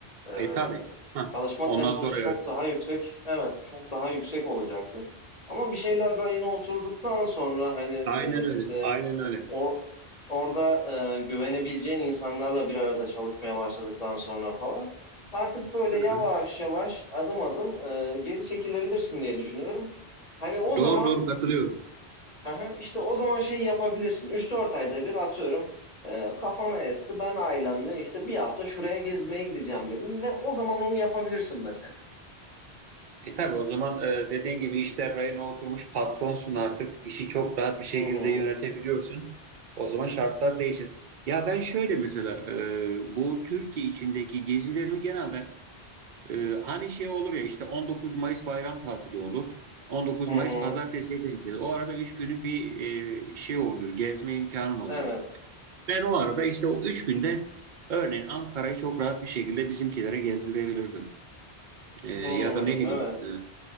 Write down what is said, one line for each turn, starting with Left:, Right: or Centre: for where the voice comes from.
Left: e,
Right: E tabii. Hah.
Left: çalışma
Right: Ondan
Left: temposu
Right: sonra
Left: çok
Right: evet.
Left: daha yüksek. Evet, çok daha yüksek olacaktır. Ama bir şeyler rayına oturduktan sonra hani
Right: Aynen
Left: e,
Right: öyle.
Left: işte
Right: Aynen öyle.
Left: O orada e, güvenebileceğin insanlarla bir arada çalışmaya başladıktan sonra falan artık böyle
Right: Hı
Left: yavaş
Right: hı.
Left: yavaş adım adım e, geri çekilebilirsin diye düşünüyorum. Hani o
Right: Doğru
Left: zaman
Right: doğru katılıyorum.
Left: aha, işte o zaman şey yapabilirsin. 3-4 ayda bir atıyorum e, kafana esti ben ailemle işte bir hafta şuraya gezmeye gideceğim dedim ve o zaman onu yapabilirsin mesela.
Right: E tabii o zaman e, dediğin gibi işler rayına oturmuş patronsun artık. İşi çok rahat bir şekilde
Left: Hı hı.
Right: yönetebiliyorsun. O zaman şartlar değişir. Ya ben şöyle mesela e, bu Türkiye içindeki gezilerimi genelde e, hani şey olur ya işte 19 Mayıs bayram tatili olur. 19
Left: Hı hı.
Right: Mayıs pazartesiye denk gelir. O arada 3 günlük bir e, şey olur. Gezme imkanın olur.
Left: Evet.
Right: Ben o arada işte o üç günde örneğin Ankara'yı çok rahat bir şekilde bizimkilere gezdirebilirdim. Ee, ya
Left: Hı,
Right: da ne bileyim
Left: evet.